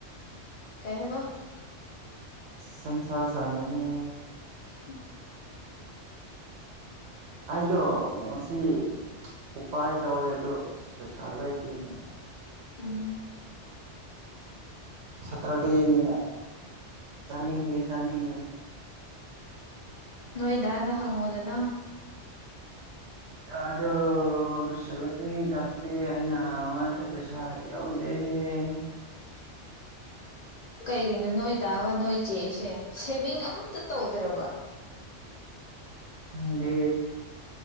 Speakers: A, on the left; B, on the right.
A: ꯀꯩ ꯍꯥꯏꯕ
B: ꯁꯟ ꯁꯥ ꯆꯥꯅꯤꯡꯉꯦ
A: ꯎꯝ
B: ꯑꯩꯗꯣꯉꯁꯤ ꯎꯄꯥꯏ ꯇꯧꯋꯦ ꯑꯗꯨ ꯄꯩꯁꯥ ꯂꯩꯇꯦꯅꯦ ꯑꯁ
A: ꯎꯝ
B: ꯁꯇꯔꯗꯦꯅꯤꯅ ꯆꯥꯅꯤꯡꯉꯦ ꯆꯥꯅꯤꯡꯅ
A: ꯅꯣꯏꯗꯥ ꯗ ꯍꯪꯉꯣꯗꯅ
B: ꯑꯗꯣ ꯁꯤꯂꯗꯤ ꯂꯥꯛꯇꯦ ꯍꯥꯏꯅ ꯃꯥꯅꯁꯨ ꯄꯩꯁꯥꯔ ꯌꯥꯎꯗꯦ ꯍꯥꯏꯑꯦ
A: ꯀꯩꯒꯤꯅꯣ ꯅꯣꯏꯗꯥ ꯒ ꯅꯣꯏ ꯆꯦꯒꯁꯦ ꯁꯦꯚꯤꯡ ꯑꯃꯇ ꯇꯧꯗ꯭ꯔꯕ
B: ꯈꯪꯗꯦ